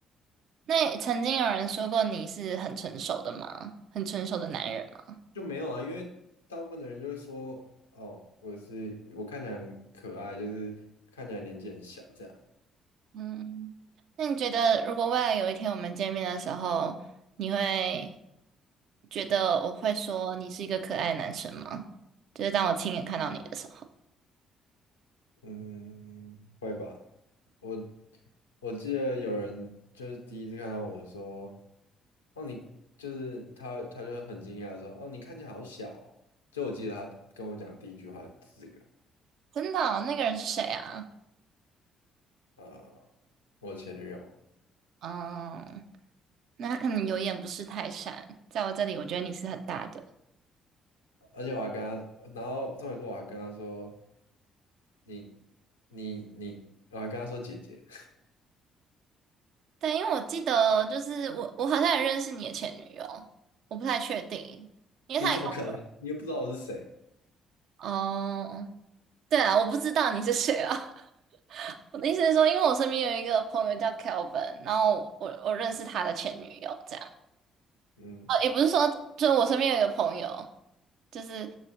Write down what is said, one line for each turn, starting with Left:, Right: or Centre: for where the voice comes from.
Right: 那曾经有人说过你是很成熟的吗？很成熟的男人吗？
Left: 就没有啊，因为大部分的人就是说哦，我是我看起来很可爱，就是看起来年纪很小这样，
Right: 嗯，那你觉得如果未来有一天我们见面的时候，你会觉得我会说你是一个可爱的男生吗？就是当我亲眼看到你的时候。
Left: 嗯，会吧。我。我记得有人就是第一次看到我说：“哦，你就是他，他就很惊讶地说：‘哦，你看起来好小哦’。”就我记得他跟我讲第一句话是这个，
Right: 真的哦那个人是谁啊？
Left: 呃，我前女友，
Right: 嗯，那他可能有眼不识泰山，在我这里，我觉得你是很大的。
Left: 而且我还跟他，然后重点是我还跟他说：“你你你，我还跟他说姐姐，
Right: 对，因为我记得，就是我，我好像也认识你的前女友，我不太确定，
Left: <laughs>
Right: 因为他也跟我
Left: 你怎么可能？你又不知道我是谁？”
Right: 哦，对啊，我不知道你是谁啊。<laughs> 我的意思是说，因为我身边有一个朋友叫 Kelvin，然后我我认识他的前女友，这样。
Left: 嗯
Right: 呃，也不是说，就是我身边有一个朋友，就是